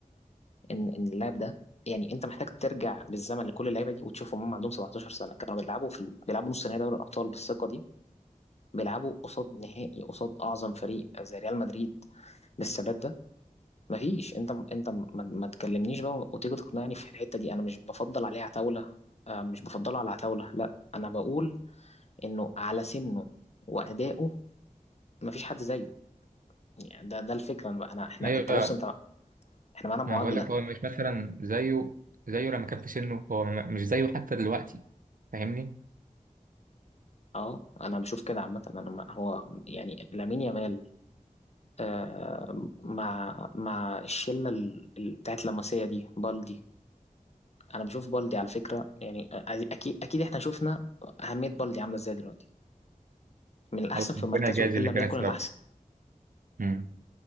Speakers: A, on the left; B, on the right.
A: إن إن اللاعب ده يعني أنت محتاج ترجع بالزمن لكل اللعيبة دي وتشوفهم هم عندهم 17 سنة كانوا بيلعبوا في ال- بيلعبوا نص نهائي دوري الأبطال بالثقة دي بيلعبوا قصاد نهائي قصاد أعظم فريق زي ريال مدريد بالثبات ده مفيش انت انت ما, ما تكلمنيش بقى وتيجي تقنعني في الحته دي انا مش بفضل عليه عتاوله آه مش بفضله على عتاوله لا انا بقول انه على سنه وادائه مفيش حد زيه يعني ده ده الفكره انا بقى انا احنا
B: ايوه
A: انت بص انت احنا معانا معادله
B: ما بقول لك هو مش مثلا زيه زيه لما كان في سنه هو م- مش زيه حتى دلوقتي فاهمني
A: اه انا بشوف كده عامه انا ما- هو يعني لامين يامال آه مع مع الشله ال- ال- بتاعت لاماسيا دي بالدي انا بشوف بالدي على فكره يعني آه، اكيد اكيد احنا شفنا اهميه بالدي عامله ازاي دلوقتي من الأحسن
B: الله
A: في
B: ربنا
A: مركزه
B: يجازي
A: إن
B: اللي
A: لم
B: كانت
A: يكن
B: سبب
A: الأحسن
B: مم.